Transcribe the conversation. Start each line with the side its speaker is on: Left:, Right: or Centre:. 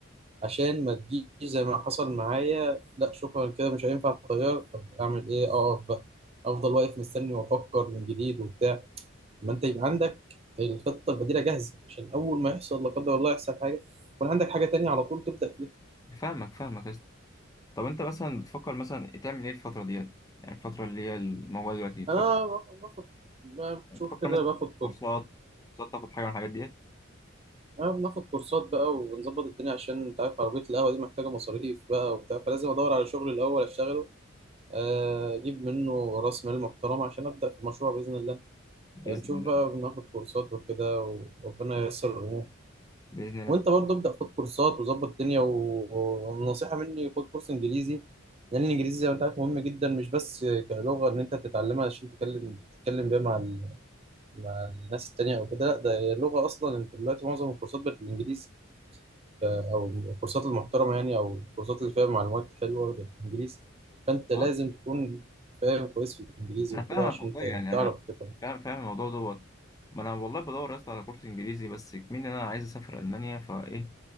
Right: عشان ما تجيش زي ما حصل معايا لا شكرا كده مش هينفع الطيار طب أعمل إيه أقف بقى أفضل واقف مستني وأفكر من جديد وبتاع ما أنت يبقى عندك الخطة البديلة جاهزة عشان أول ما يحصل لا قدر الله يحصل حاجة يكون عندك حاجة تانية على طول تبدأ فيها
Left: فاهمك فاهمك يا اسطى. طب انت مثلا بتفكر مثلا تعمل ايه الفتره ديت يعني الفتره اللي هي الموبايل دلوقتي بتفكر
Right: أنا باخد أنا
Left: يعني
Right: بشوف
Left: بتفكر
Right: كده
Left: مثلا
Right: باخد
Left: في كورسات كورسات تاخد حاجه من الحاجات ديت
Right: أنا بناخد كورسات بقى وبنظبط الدنيا عشان أنت عارف عربية القهوة دي محتاجة مصاريف بقى وبتاع فلازم أدور على شغل الأول أشتغله آه، أجيب منه رأس مال محترم عشان أبدأ في المشروع بإذن الله
Left: باذن
Right: نشوف
Left: الله
Right: بقى بناخد كورسات وكده وربنا ييسر الأمور
Left: باذن الله
Right: وأنت برضه ابدأ خد كورسات وظبط الدنيا و- والنصيحة مني خد كورس إنجليزي لأن الإنجليزي زي ما أنت عارف مهم جدا مش بس كلغة إن أنت تتعلمها عشان تتكلم تتكلم بيها مع ال- مع الناس التانية أو كده لا ده هي اللغة أصلا أنت دلوقتي معظم الكورسات بالإنجليزي او الكورسات المحترمه يعني او الكورسات اللي فيها معلومات حلوه بالانجليزي فانت لازم
Left: اه
Right: تكون فاهم كويس في الانجليزي
Left: انا
Right: وكده
Left: فاهمك
Right: عشان
Left: والله
Right: ت-
Left: يعني
Right: تعرف
Left: انا
Right: تفهم
Left: فاهم فاهم الموضوع دوت ما انا والله بدور يا اسطى على كورس انجليزي بس كمان انا عايز اسافر المانيا فايه